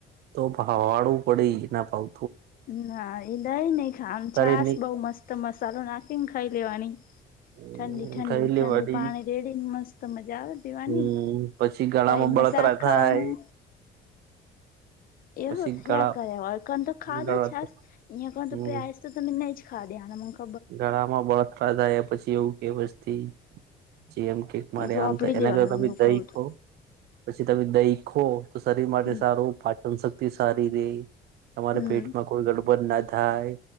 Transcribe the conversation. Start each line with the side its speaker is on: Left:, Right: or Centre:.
Right: તો ભાવાડવુ પડે ના ભાવ
Left: ના, ઇ દઈ નહી ખાવાનું,
Right: શરીરની
Left: છાસ બઉ મસ્ત મસાલો નાખીન ખાઈ લેવાની.
Right: હમ્મ
Left: ઠંડી ઠંડી
Right: ખાઈ લેવાની
Left: ઠંડુ પાણી રેડીન મસ્ત મજા આવે પીવાની.
Right: હમ પછી ગળામાં
Left: સાઈદમાં
Right: બળતરા
Left: શાક
Right: થાય
Left: ખાવાનું. એહું
Right: પછી
Left: થયા
Right: ગળા
Left: કરે ઓડકોણ તો ખાદો
Right: ગળા
Left: છાસ, ઈયા કોને
Right: હમ
Left: તો પેયાસ તો તમે નઈ જ ખાદી <unintelligible> મ
Right: ગળામાં બતરા થાય પછી એવું કે વસ્તી જેમ કે મારે
Left: એ
Right: આમ
Left: વાપરી
Right: તો એના
Left: લેવાનું
Right: કર ત
Left: એવું
Right: દઈખો
Left: કઉ તો
Right: પછી તમે દહી ખો તો શરીર માટે
Left: હમ
Right: સારું પાચન શક્તિ સારી રેય તમારા
Left: હમ
Right: પેટમાં કોઈ ગડબડ ના થાય.